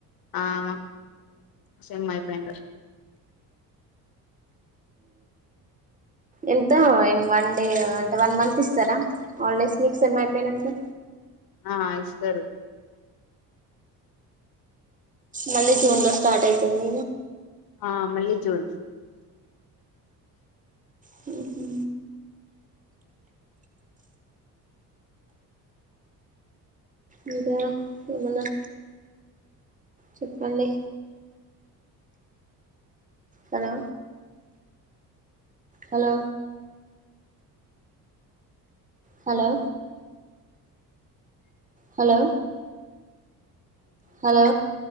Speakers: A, on the left (about 45°); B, on the right (about 15°).
A: ఆ మా సేమ్ అయిపోయిందా
B: ఎంత వన్ డే అంటే వన్ మంత్ ఇస్తారా హాలిడేస్ మీకు సేమ్ అయిపోయి నంక
A: ఆ ఇస్తారు
B: మళ్ళీ జూన్ లో స్టార్ట్ అయితది
A: ఆ మల్లి జూన్
B: హ్మ్ హు ఇంకా ఏమన్నా చెప్పండి hello hello hello hello hello